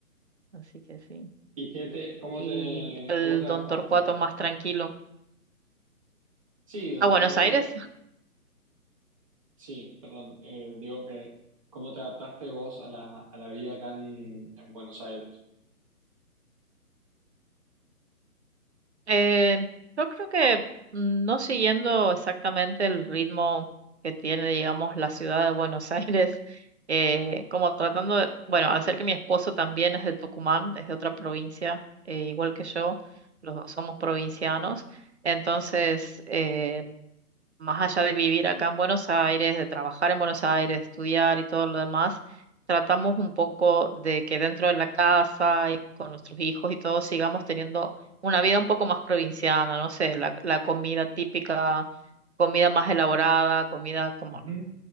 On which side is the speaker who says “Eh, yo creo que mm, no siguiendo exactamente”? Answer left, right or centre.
Right